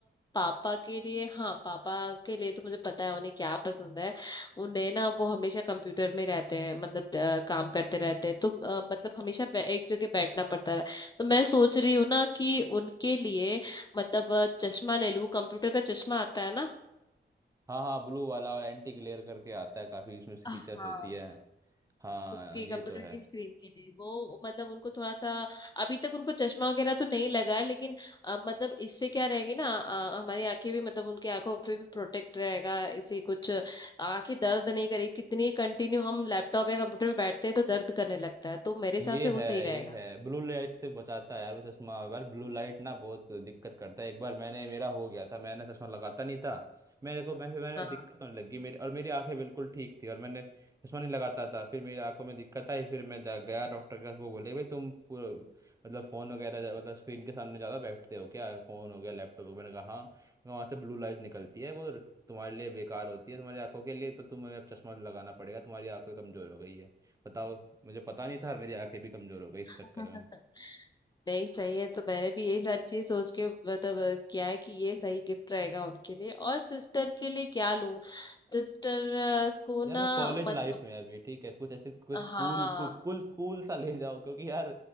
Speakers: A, on the left; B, on the right.
A: पापा के लिए हाँ पापा के लिए तो मुझे पता है उन्हें क्या पसंद है उन्हें ना वो हमेशा कंप्यूटर में रहते हैं मतलब अ, काम करते रहते हैं तो अ, मतलब हमेशा बै- एक जगह बैठना पड़ता है तो मैं सोच रही हूँ ना कि उनके लिए मतलब अ, चश्मा ले लूँ कंप्यूटर का चश्मा आता है ना
B: हाँ हाँ ब्लू वाला और एंटी ग्लेयर करके आता है काफ़ी उसमें
A: हाँ
B: फीचर्स होती है हाँ
A: उसकी
B: ये
A: कंप्यूटर
B: तो है
A: की स्क्रीन के लिए वो मतलब उनको थोड़ा सा अभी तक उनको चश्मा वगैरह तो नहीं लगा है लेकिन अ, मतलब इससे क्या रहेंगे ना अ, हमारी आंखें भी मतलब उनकी आंखों पे भी प्रोटेक्ट रहेगा इसे कुछ आंखें दर्द नहीं करेगी कितनी कंटिन्यू हम लैपटॉप या कंप्यूटर पे बैठते हैं तो दर्द करने लगता है तो मेरे हिसाब
B: ये
A: से वो
B: है
A: सही रहेगा
B: ये है ब्लू लाइट से बचाता है यार वो चश्मा यार ब्लू लाइट ना बहुत दिक्कत करता है एक बार मैंने मेरा हो गया था मैंने चश्मा लगाता नहीं था मेरे को मैं फिर मैंने
A: हाँ
B: दिक्कत होने लगी मेरी और मेरी आंखें बिल्कुल ठीक थी और मैंने चश्मा नहीं लगाता था फिर मेरी आंखों में दिक्कत आई फिर मैं जा गया डॉक्टर के पास वो बोले भाई तुम पूरा मतलब फ़ोन वगैरह ज्या- मतलब स्क्रीन के सामने ज़्यादा बैठते हो क्या फ़ोन हो गया लैपटॉप हो गया मैंने कहा हाँ तो वहाँ से ब्लू लाइट निकलती है वो तुम्हारे लिए बेकार होती है तुम्हारी आंखों के लिए तो तुम्हें अब चश्मा लगाना पड़ेगा तुम्हारी आंखें कमज़ोर हो गई है बताओ मुझे पता नहीं था और मेरी आंखें भी कमजोर हो गई इस
A: <laughs>
B: चक्कर में
A: नहीं सही है तो मैंने भी यही सारी चीज सोच के मतलब अ, किया है कि ये सही गिफ्ट रहेगा उनके लिए और सिस्टर के लिए क्या लूं सिस्टर को ना
B: यार वो कॉलेज
A: मतलब
B: लाइफ में अभी ठीक है कुछ ऐसे कुछ
A: हाँ
B: कूल कुछ कुल कूल सा ले जाओ क्योंकि यार